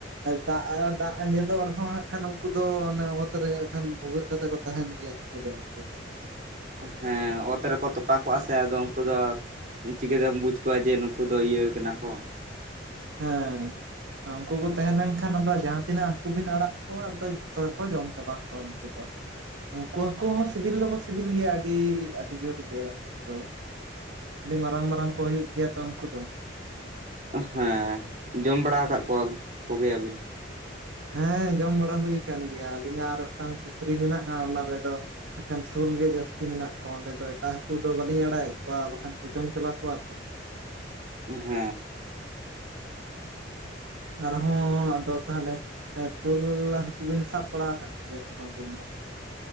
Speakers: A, on the right; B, on the right.
A: ᱫᱟᱜ, ᱫᱟᱜ ᱟᱡᱮᱫᱚᱜ ᱨᱮᱦᱚᱸ ᱦᱟᱸᱜ ᱠᱷᱟᱱ ᱩᱱᱠᱩ ᱫᱚ ᱚᱱᱟ ᱚᱛᱨᱮ ᱮᱠᱷᱟᱱ ᱵᱷᱩᱜᱟᱹᱜ ᱠᱟᱛᱮ ᱠᱚ ᱛᱟᱦᱮᱱ ᱜᱮᱭᱟ, ᱩᱱᱠᱩ ᱦᱟᱠᱩ ᱫᱚ ᱾
B: ᱦᱮᱸ ᱚᱛ ᱨᱮᱠᱚ ᱛᱚᱯᱟ ᱠᱚᱜ-ᱟ ᱥᱮ? ᱟᱫᱚ ᱩᱱᱠᱩ ᱫᱚ ᱪᱤᱠᱟᱹᱛᱮᱢ ᱵᱩᱡᱽ ᱠᱚᱣᱟ, ᱡᱮ ᱱᱩᱠᱩ ᱫᱚ ᱤᱭᱟᱹ ᱠᱟᱱᱟ ᱠᱚ
A: ᱦᱮᱸ ᱾ ᱩᱱᱠᱩ ᱠᱚ ᱛᱟᱦᱮᱸ ᱞᱮᱱᱠᱷᱟᱱ ᱟᱫᱚ ᱡᱟᱦᱟᱸ ᱛᱤᱱᱟᱹᱜ ᱦᱟᱠᱩ ᱵᱤᱱ ᱟᱲᱟᱜ ᱠᱚᱣᱟ, ᱟᱫᱚ ᱡᱚᱛᱚ ᱜᱮᱠᱚ ᱡᱚᱢ ᱪᱟᱵᱟ ᱠᱚᱣᱟ ᱩᱱᱠᱩ ᱫᱚ ᱾ ᱩᱱᱠᱩ ᱦᱟᱠᱩ ᱦᱚᱸ ᱥᱤᱵᱤᱞ ᱫᱚᱠᱚ ᱥᱤᱵᱤᱞ ᱜᱮᱭᱟ, ᱟᱹᱰᱤ ᱟᱹᱰᱤ ᱡᱳᱨ ᱜᱮ ᱩᱱᱠᱩ ᱫᱚ ᱟᱹᱰᱤ ᱢᱟᱨᱟᱝ ᱢᱟᱨᱟᱝ ᱠᱚ ᱦᱩᱭᱩᱜ ᱜᱮᱭᱟ ᱛᱚ ᱩᱱᱠᱩ ᱫᱚ ᱾
B: ᱦᱮᱸ ᱡᱚᱢ ᱵᱟᱲᱟ ᱟᱠᱟᱫ ᱠᱚᱣᱟ ᱠᱚᱜᱮᱭᱟ ᱵᱤᱱ?
A: ᱦᱮᱸ ᱡᱚᱢ ᱵᱟᱲᱟ ᱦᱩᱭ ᱟᱠᱟᱱ ᱜᱮᱭᱟ᱾ ᱟᱹᱞᱤᱧᱟᱜ ᱟᱨ ᱢᱤᱫᱴᱟᱝ ᱯᱩᱠᱷᱨᱤ ᱢᱮᱱᱟᱜ-ᱟ, ᱚᱱᱟ ᱨᱮᱫᱚ ᱵᱟᱠᱷᱟᱱ ᱥᱳᱞ ᱜᱮ ᱡᱟᱹᱥᱛᱤ ᱢᱮᱱᱟᱜ ᱠᱚᱣᱟ, ᱚᱸᱰᱮ ᱫᱚ ᱮᱴᱟᱜ ᱦᱟᱠᱩ ᱫᱚ ᱵᱟᱞᱤᱧ ᱟᱲᱟᱭᱮᱫ ᱠᱚᱣᱟ, ᱵᱟᱠᱷᱟᱱ ᱠᱚ ᱡᱚᱢ ᱪᱟᱵᱟ ᱠᱚᱣᱟ ᱛᱚ
B: ᱦᱮᱸ ᱾
A: ᱟᱨ ᱦᱚᱸ ᱟᱫᱚ ᱛᱟᱦᱚᱞᱮ ᱥᱳᱞ ᱦᱟᱠᱩ ᱵᱤᱱ ᱥᱟᱵ ᱵᱟᱲᱟ ᱟᱠᱟᱫ ᱜᱮᱭᱟ ᱟᱹᱵᱤᱱ ᱫᱚ?